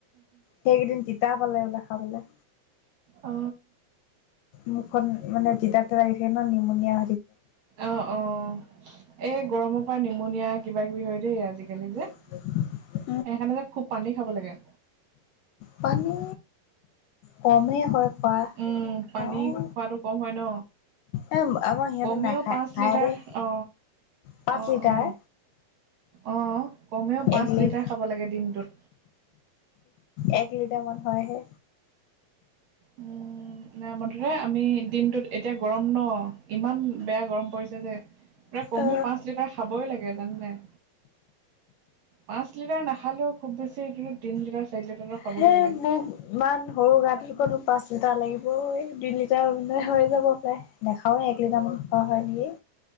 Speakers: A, on the left; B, on the right.
A: সেইকেইদিন তিতা পালে বুলে খাবলে।
B: অ।
A: মুখখন মানে তিতা- তিতা লাগিছে ন নিমনিয়া
B: অ অ, এই গৰমৰ পৰা নিমনিয়া কিবা- কিবি হয় দেই আজিকালি যে।
A: <inaudible>
B: সেইকাৰণে যে খুব পানী খাব লাগে।
A: পানী কমেই হয়। খোৱা
B: উম
A: খাওঁ
B: পানী খোৱাটো কম হয় ন।
A: এ আমাৰ সিহঁতে
B: কমেও
A: নাখায়
B: পাঁচ
A: খায়
B: লিটাৰ
A: দেই
B: অ
A: পাঁচ
B: অ
A: লিটাৰ
B: অ। আহ কমেও পাঁচ
A: এক লিট
B: লিটাৰ খাব লাগে দিনটোত।
A: এক লিটাৰমান হয় হে।
B: উম ন মুঠতে আমি দিনটো এতিয়া গৰম ন? ইমান বেয়া গৰম পৰিছে যে। পুৰা কম
A: অ
B: পাঁচ লিটাৰ খাবই লাগে জানে নে নাই? পাঁচ লিটাৰ নাখালেও খুব বেছি এইটো তিনি লিটাৰ, চাৰি লিটাৰ খাবই
A: সেই
B: লাগে।
A: মোক ইমান সৰু গাত পাঁচ লিটাৰ লাগিব ঐ দুই লিটাৰ মানে হৈ যাব কিজানি নাখাওঁৱে এক লিটাৰ মান খোৱা হয় নেকি।